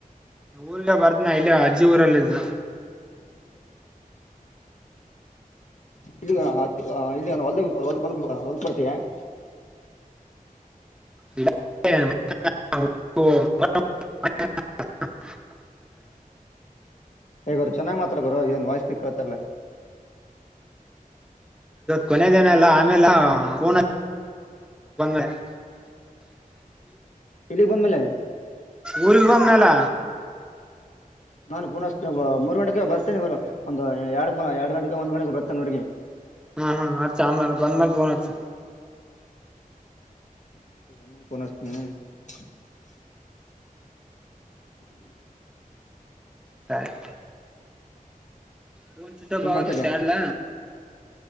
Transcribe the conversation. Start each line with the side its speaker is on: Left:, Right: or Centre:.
Centre: ಊರ್ಲೆ ಬರ್ತನ ಇಲ್ಲೆ ಅಜ್ಜಿ ಊರಲ್ಲಿದ್ದ
Left: <unintelligible>
Centre: <unintelligible>
Left: ಗುರು ಚೆನ್ನಾಗ್ ಮಾತಾಡು ಗುರು ಏನ್ ವಾಯ್ಸ್ ಸ್ಟಿಕ್ ಆಯಿತಲ್ಲ
Centre: ಕೊನದೇನ ಅಲ್ಲ ಆಮೇಲೆ ಫೋನ್ ಹಚ್ <unintelligible>
Left: ಇಲ್ಲಿಗ್ ಬಂದ್ಮೇಲೆ
Centre: ಊರಿಗ್ ಬಂದ್ನಲ್ಲ
Left: ನಾನ್ ಪುನಃ ಮೂರ್ ಗಂಟೆಗೆ ಹಚ್ತಿನಿ ಬರ್ತೇನೆ ಇರು ಒಂದು ಎರಡು ಎರಡು ಗಂಟೆಗೆ ಒಂದ್ ಗಂಟೆಗೆ ಬರ್ತೇನೆ ಊರಿಗೆ
Centre: ಹ್ಮ್ ಹ್ಮ್ ಹಚ ಆಮೇಲೆ ಬಂದ ಮೇಲ್ ಪೋನ್ ಹಚ್ಚ.
Left: <unintelligible> <unintelligible>
Centre: ಸರಿ. ಪೋನ್ ಸ್ವಿಚ್ ಆಫ್
Left: ಏನ್
Centre: ಆಗುತ್ತ
Left: ಮಾಡ್ತಿದ್ದೆ
Centre: ಚಾರ್ಜ್ ಇಲ್ಲ.